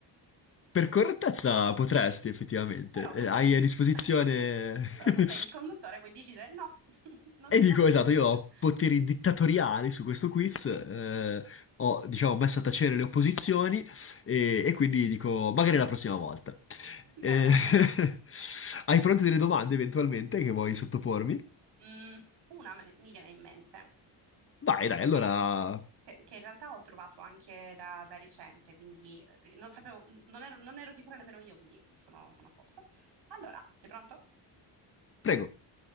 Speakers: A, on the left; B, on the right.
A: per correttezza potresti effettivamente.
B: però
A: Eh,
B: tu sei
A: hai
B: il,
A: a disposizione
B: <laughs>
A: <laughs>
B: però tu sei il conduttore, puoi decidere no, <laughs> non
A: E
B: ti
A: dico,
B: va- non
A: esatto,
B: ti
A: io
B: do questo.
A: ho poteri dittatoriali su questo quiz, eh, ho, diciamo, messo a tacere le opposizioni e, e quindi dico, magari la prossima volta.
B: <laughs>
A: Eh,
B: Va bene.
A: <laughs> hai pronte delle domande eventualmente che vuoi sottopormi?
B: Mm, una me ne- mi viene in mente,
A: Vai, dai, allora,
B: che, r- che- che in realtà ho trovato anche da, da recente, quindi eh, non sapevo, non ero, non ero sicura nemmeno io, quindi sono, sono a posto. Allora, sei pronto?
A: prego,